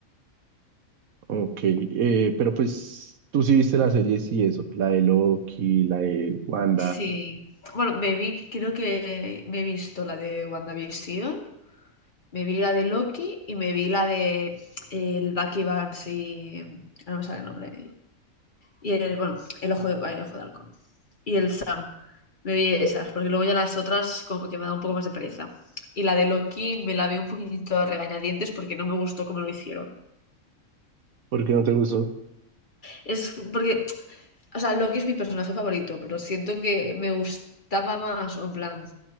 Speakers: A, on the right; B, on the left.
A: Ok, eh, pero pues tú sí viste la serie, sí, eso, la de Loki, la de Wanda,
B: Sí. Bueno, me vi, creo que me he visto la de WandaVision, me vi la de Loki y me vi la de eh, el Bucky Barnes y... ahora No me sale el nombre. Y el, bueno, el ojo de, ay, ojo de halcón. Y el Sam. Me vi esas, porque luego ya las otras como que me da un poco más de pereza. Y la de Loki me la vi un poquitito a regañadientes porque no me gustó cómo lo hicieron.
A: ¿por qué no te gustó?
B: Es porque, o sea, Loki es mi personaje favorito, pero siento que me gustaba más, o en plan,